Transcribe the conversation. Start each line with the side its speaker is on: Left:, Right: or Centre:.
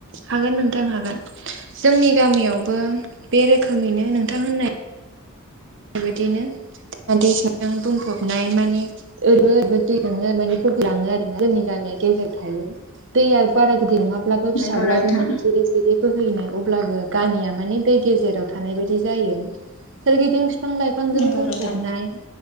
Right: हागोन नोंथां हागोन जोंनि गामियावबो बे रोखोमैनो नोंथां होननाय बेबायदियैनो। दैमा दैसाजों बुंफबनाय माने ओरैबो दैजोंनो माने बोहैलाङो आरोना जोंनि गामियाव। गेजेर थायो दैया बारा गदिर नङाब्लाबो फिसाब्लाबो
Left: नोंगौ नोंथां
Right: माने जिर जिरि बोहैनाय अब्लाबो गामिया माने दै गेजेराव थानाय बायदि जायो सोरगिदिं बिफां लाइफांजों
Left: नंगौ
Right: बुंफबनाय
Left: नोंथां